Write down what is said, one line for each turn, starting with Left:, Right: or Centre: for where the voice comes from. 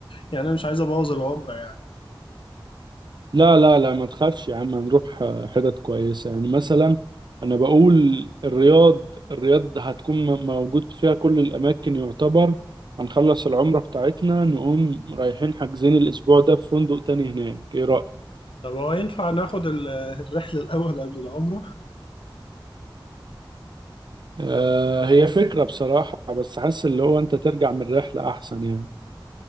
Left: يعني أنا مش عايز أبوظ العمرة يعني
Right: لا لا لا ما تخافش يا عم هنروح آه، حتت كويسة يعني مثلا أنا بقول الرياض الرياض هتكون م- موجود فيها كل الأماكن يعتبر هنخلص العمرة بتاعتنا نقوم رايحين حاجزين الأسبوع ده في فندق تاني هناك إيه رأيك؟
Left: طب هو ينفع ناخد ال- الرحلة الأول قبل العمرة؟
Right: آه، هي فكرة بصراحة بس حاسس اللي هو انت ترجع من الرحلة احسن يعني